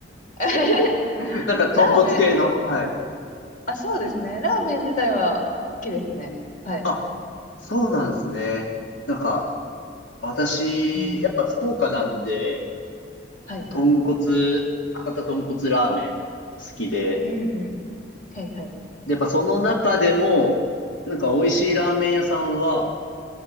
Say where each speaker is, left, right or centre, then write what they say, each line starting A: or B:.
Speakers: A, on the left; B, on the left.
A: <laughs>
B: <laughs> なんか、豚骨系の、
A: ラーメン、
B: はい。
A: あ、そうですね。ラーメン自体は好きですね。はい。
B: あ、そうなんですね。なんか、私、
A: うん。
B: やっぱ福岡なんで、
A: はい。
B: 豚骨、博多豚骨ラーメン好きで、
A: うんうん。はい、はい。
B: で、やっぱその中でも、なんか美味しいラーメン屋さんは、